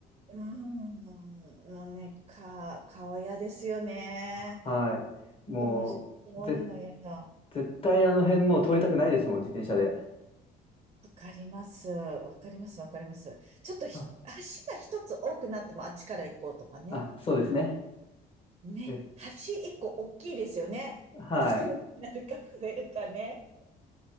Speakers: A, on the right (about 35°); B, on the left (about 35°).
A: うーん、もうね、か、顔嫌ですよね。
B: あ。はい。もう、
A: 子供多いの嫌だ。
B: ぜ、絶対あの辺もう通りたくないですもん、自転車で。
A: わかります。わかります。わかります。ちょっとひ足が一つ多くなってもあっちから行こうとかね。
B: あ、あ、そうですね。
A: ね、
B: え、
A: 橋一個大きいですよね。
B: はい。
A: 少なくなるか増えるかね。